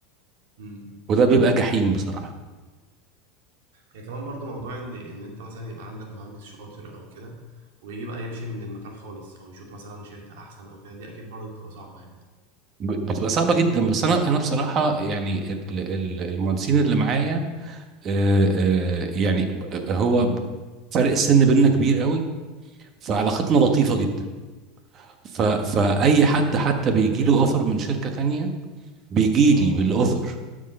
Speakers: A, on the right (about 85°); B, on the right (about 35°).
A: امم
B: وده
A: فاهم
B: بيبقى جحيم بصراحة
A: هي كمان برضو موضوع ان ان انت مثلا يبقى عندك مهندس شاطر او كده ويجي بقى يمشي من المكان خالص او يشوف مثلا شركة احسن او كده دي اكيد برضو بتبقى صعبة يعني
B: ب- بتبقى صعبة جدا بس أنا أنا بصراحة يعني ال- ال- المهندسين اللي معايا آه،
A: مم.
B: آه، يعني ب- هو ب- فرق السن بيننا كبير قوي فعلاقتنا
A: اه
B: لطيفة جدا ف-
A: امم
B: فأي
A: طب حلو طيب.
B: حد حتى بيجي له أوفر من شركة تانية بيجي
A: اه
B: لي بالأوفر